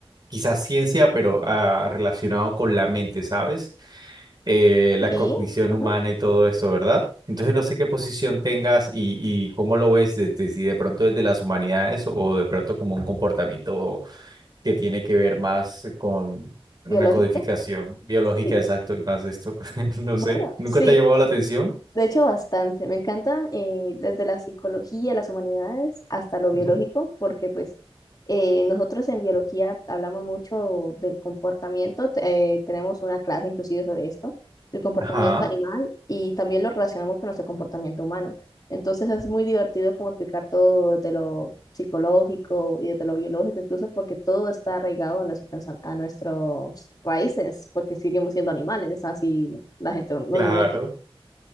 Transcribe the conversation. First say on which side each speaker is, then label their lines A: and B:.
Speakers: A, on the right; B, on the left.
A: quizás ciencia, pero ah, relacionado con la mente, ¿sabes? Eh, la
B: Sí,
A: cognición
B: ajá,
A: humana y todo esto, ¿verdad? Entonces no sé qué posición tengas y, y cómo lo ves desde si de pronto desde las humanidades o, o de pronto como un comportamiento que tiene que ver más con una
B: biológico,
A: codificación biológica,
B: sí.
A: exacto, y más de esto. <laughs> No
B: Bueno,
A: sé, ¿nunca
B: sí,
A: te ha llamado la atención?
B: De hecho, bastante. Me encanta eh, desde la psicología, las humanidades, hasta lo biológico,
A: Ujú.
B: porque pues eh, nosotros en biología hablamos mucho del comportamiento, te- eh, tenemos una clase inclusive sobre esto, el comportamiento
A: Ajá,
B: animal, y también lo relacionamos con nuestro comportamiento humano. Entonces es muy divertido como explicar todo desde lo psicológico y desde lo biológico, incluso porque todo está arraigado a, nuestro pensa- a nuestras raíces, porque seguimos siendo animales, así la gente no
A: claro.
B: lo note.